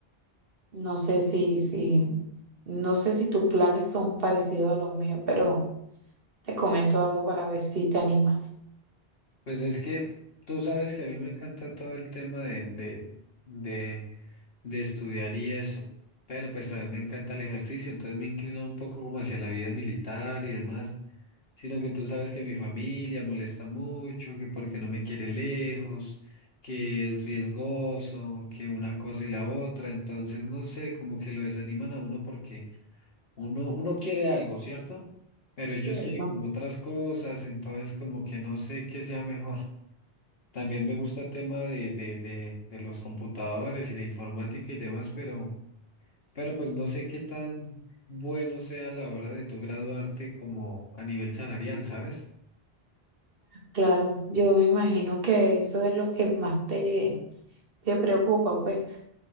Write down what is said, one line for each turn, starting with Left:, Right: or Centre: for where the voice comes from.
Right: No sé si, si, no sé si tus planes son parecidos a los míos, pero te comento algo para ver si te animas.
Left: Pues es que tú sabes que a mí me encanta todo el tema de, de, de, de estudiar y eso, pero pues también me encanta el ejercicio, entonces me inclino un poco como hacia la vida militar y demás. sino que tú sabes que mi familia molesta mucho, que porque no me quiere lejos, que es riesgoso, que una cosa y la otra, entonces no sé, como que lo desaniman a uno porque uno, uno quiere algo, ¿cierto? Pero ellos
Right: Cierto.
Left: quieren como otras cosas, entonces como que no sé qué sea mejor. También me gusta el tema de, de, de, de los computadores y la informática y demás, pero, pero pues no sé qué tan bueno sea a la hora de tu graduarte como a nivel salarial, ¿sabes?
Right: Claro, yo me imagino que eso es lo que más te, te preocupa, pues.